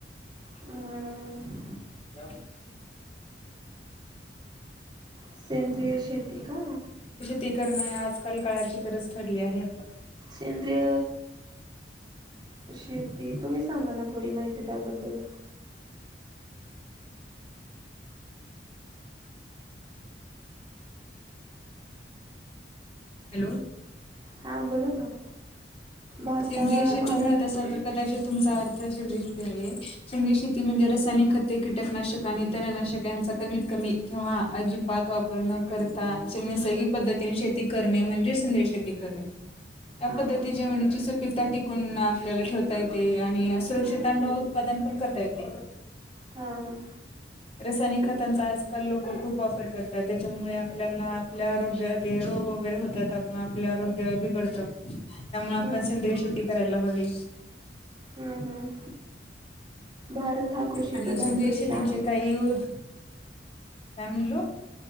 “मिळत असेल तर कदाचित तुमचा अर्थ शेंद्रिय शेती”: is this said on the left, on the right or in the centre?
Left